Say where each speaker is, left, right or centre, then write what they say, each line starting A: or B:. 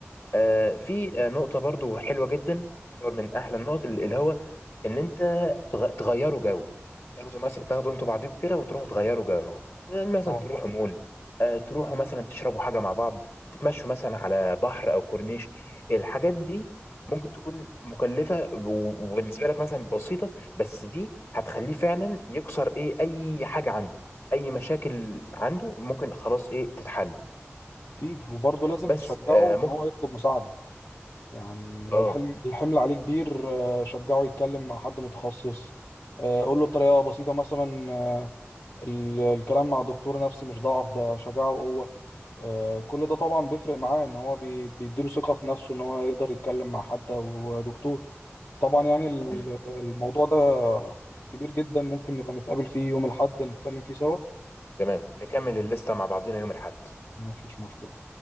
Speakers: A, on the left; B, on the left.
A: آه، في آه، نقطة برضو حلوة جدا يعتبر من أحلى النقط ال- اللي هو إن أنت تغ- تغيروا جو تاخدوا مثلا تاخدوا أنتوا بعضيكوا كده وتروحوا تغيروا جو آه، مثلا
B: طبعا
A: تروحوا مول آه، تروحوا مثلا تشربوا حاجة مع بعض تتمشوا مثلا على بحر أو كورنيش الحاجات دي ممكن تكون مكلفة و- وبالنسبة لك مثلا بسيطة بس دي هتخليه فعلا يكسر إيه أي حاجة عنده أي مشاكل عنده ممكن خلاص إيه تتحل
B: اكيد وبرضه لازم
A: بس
B: تشجعه
A: آه، ممكن
B: ان هو يطلب مساعده يعني لو
A: آه
B: الحلم الحمل عليه كبير آه شجعه يتكلم مع حد متخصص آه قول له بطريقه بسيطه مثلا آه، ال- الكلام مع دكتور نفسي مش ضعف ده شجاعة وقوة آه، كل ده طبعا بيفرق معاه ان هو بي- بيديله ثقة في نفسه ان هو يقدر يتكلم مع حد او دكتور طبعا يعني ال-
A: مم.
B: الموضوع ده كبير جدا ممكن نبقى نتقابل فيه يوم الأحد نتكلم فيه سوا
A: تمام نكمل الليستة مع بعضينا يوم الأحد
B: ما فيش مشكلة